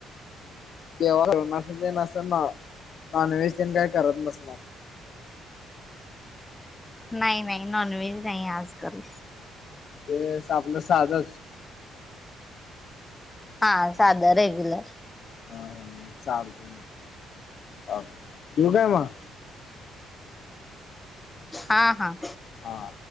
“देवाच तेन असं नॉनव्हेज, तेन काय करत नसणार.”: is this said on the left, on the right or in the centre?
Left